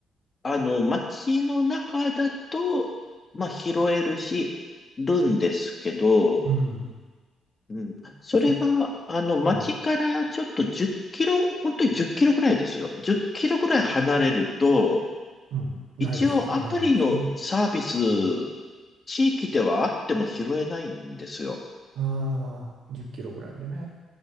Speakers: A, on the left; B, on the right.
A: あの、街の中だと、まあ、拾えるし、るんですけど、
B: うん。
A: うん、それが、
B: ちょ、
A: あの、街からちょっと10キロ、
B: うん、
A: 本当に10キロぐらいですよ。10キロぐらい離れると、
B: うん。ないでしょう。
A: 一応アプリのサービス、
B: ないでしょうね。う
A: 地域ではあっても拾えないんですよ。
B: ん、ああ、10キロぐらいでね。